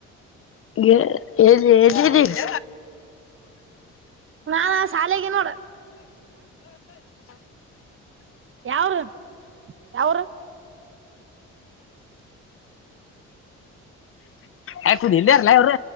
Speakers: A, on the left (about 45°); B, on the right (about 45°).
A: ಎಲ್ ಎಲ್ಲಿ ಎಲ್ಲಿದ್ದಿ <inaudible>
B: ನಾನ ಶಾಲೆಗೆ ನೋಡ ಯಾವ್ರು ಯಾವೂರು
A: ಆ ಕುದುರ್ನಿಂದ್ಯದ್ರುಲ್ಯ ಅವ್ರ್